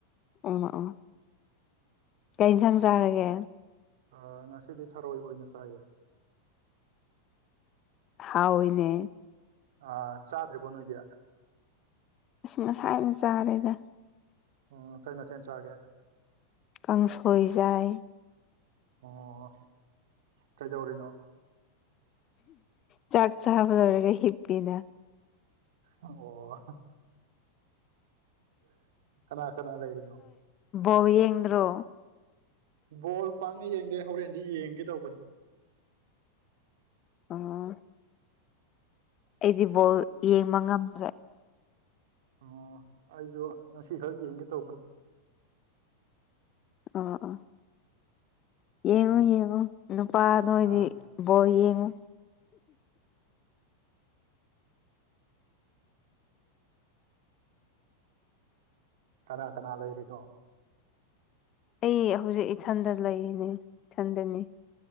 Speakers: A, on the left; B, on the right.
A: ꯎ ꯑꯣ ꯀꯩ ꯏꯟꯁꯥꯡ ꯆꯥꯔꯒꯦ
B: ꯑ ꯉꯁꯤꯗꯤ ꯊꯔꯣꯏ ꯑꯣꯏꯅ ꯆꯥꯏꯌꯦ
A: ꯍꯥꯎꯏꯅꯦ
B: ꯑꯥ ꯆꯥꯗ꯭ꯔꯤꯕꯣ ꯅꯣꯏꯗꯤ
A: ꯈꯁꯃꯁ ꯍꯥꯏꯅ ꯆꯥꯔꯦꯗ
B: ꯎꯝ ꯀꯩ ꯃꯊꯦꯜ ꯆꯥꯒꯦ
A: ꯀꯥꯡꯪꯁꯣꯏꯖꯥꯏ
B: ꯑꯣ ꯀꯩꯗꯧꯔꯤꯅꯣ
A: ꯆꯥꯛ ꯆꯥꯕ ꯂꯣꯏꯔꯒ ꯍꯤꯛꯄꯤꯅ
B: ꯑꯣ ꯀꯅꯥ ꯀꯅꯥ ꯂꯩꯔꯤꯅꯣ
A: ꯣꯌꯦꯟꯗ꯭ꯔ
B: ꯕꯣꯜ ꯄꯥꯛꯅ ꯌꯦꯡꯗꯦ ꯍꯣꯔꯦꯟꯗꯤ ꯌꯦꯡꯒꯦ ꯇꯧꯕꯅꯤ
A: ꯑ ꯑꯩꯗꯤ ꯕꯣꯜ ꯌꯦꯡꯕ ꯉꯝꯗ꯭ꯔꯦ
B: ꯑꯣ ꯑꯩꯁꯨ ꯉꯁꯤꯈꯛ ꯌꯦꯡꯒꯦ ꯇꯧꯕꯅꯤ
A: ꯑꯥ ꯑꯥ ꯌꯦꯡꯉꯨ ꯌꯦꯡꯉꯨ ꯅꯨꯄꯥ ꯅ ꯑꯣꯏꯗꯤ
B: ꯑꯥ
A: ꯕꯣꯜ ꯌꯦꯡꯉꯨ
B: ꯀꯅꯥ ꯀꯅꯥ ꯂꯩꯔꯤꯅꯣ
A: ꯑꯩ ꯍꯧꯖꯤꯛ ꯏꯊꯟꯗ ꯂꯩꯔꯤꯅꯦ ꯏꯊꯟꯗꯅꯤ